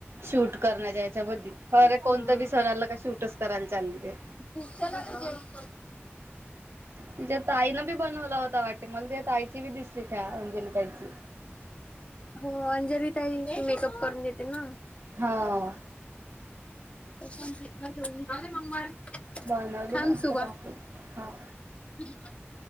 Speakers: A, on the right (about 65°); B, on the left (about 25°).
A: शूट करण्याच्या याच्यामधी, अरे,
B: हम्म
A: कोणतं बी सर आलं का, शूटच करायला चालली ते.
B: <unintelligible>
A: तिच्या ताईनं बी बनवला होता वाटते, मला तिच्या ताईची बी दिसली त्या अंजली ताईची.
B: हो, अंजली ताई मेकअप करून देते ना.
A: हो
B: <inaudible>
A: बनवली
B: थांब
A: मस्त
B: सुबा
A: टाकू, हां.
B: <inaudible>